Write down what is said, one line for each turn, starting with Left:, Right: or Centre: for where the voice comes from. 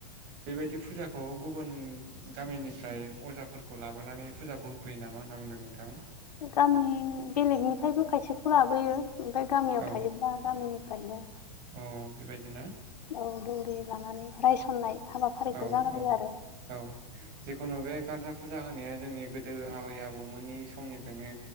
Right: बेबायदि फुजाखौ गुबुन गामिनिफ्राय अजाफोरखौ लाबोनानै फुजाखौ होफैयो ना मा होनना बुंदों नोंथां?
Left: गामि बेलेगनिफ्रायबो खायसेखौ लाबोयो ओमफ्राय गामियाव
Right: औ
Left: थायोब्ला गामिनि फ्रायनो
Right: अ बेबायदिना
Left: औ दौरि लानानै रायसननाय हाबाफारिखौ
Right: औ
Left: जागायो
Right: औ
Left: आरो
Right: औ जिखुनु बे गारजा फुजा होनाया जोंनि गोदो आबै आबौमोननि समनिफ्रायनो